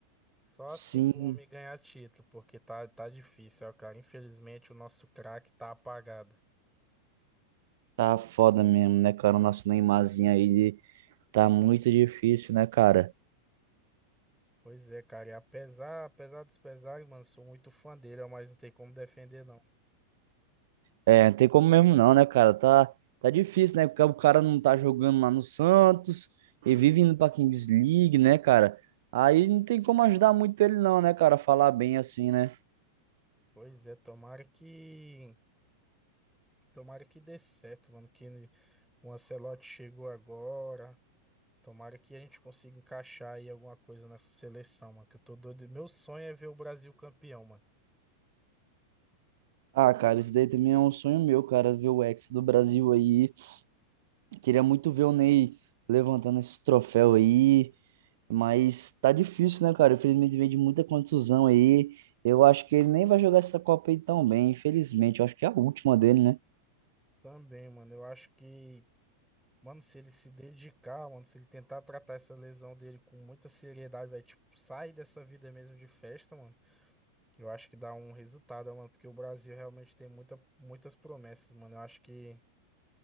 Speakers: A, in the centre; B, on the right.
A: Só
B: Sim,
A: assim pro homem ganhar título, porque tá, tá difícil, ó, cara. Infelizmente o nosso craque tá apagado.
B: tá foda mesmo, né, cara? O nosso Neymarzinho aí tá muito difícil, né, cara?
A: Pois é, cara, e apesar, apesar dos pesares, mano, sou muito fã dele, ó, mas não tem como defender, não.
B: É, não tem como mesmo não, né, cara? Tá, tá difícil, né? Porque o cara não tá jogando lá no Santos e vive indo pra Kings League, né, cara? Aí não tem como ajudar muito ele não, né, cara? Falar bem assim, né?
A: Pois é, tomara que, tomara que dê certo, mano, que ele- o Ancelotti chegou agora, tomara que a gente consiga encaixar aí alguma coisa nessa seleção, mano, que eu tô doido, meu sonho é ver o Brasil campeão, mano.
B: Ah, cara, isso daí também é um sonho meu, cara, ver o Hexa do Brasil aí. Queria muito ver o Ney levantando esse troféu aí, mas tá difícil, né, cara? Infelizmente vem de muita contusão aí. Eu acho que ele nem vai jogar essa Copa aí tão bem, infelizmente. Eu acho que é a última dele, né?
A: Também, mano, eu acho que, mano, se ele se dedicar, mano, se ele tentar tratar essa lesão dele com muita seriedade, vai, tipo, sair dessa vida mesmo de festa, mano. Eu acho que dá um resultado, mano, porque o Brasil realmente tem muita, muitas promessas, mano. Eu acho que,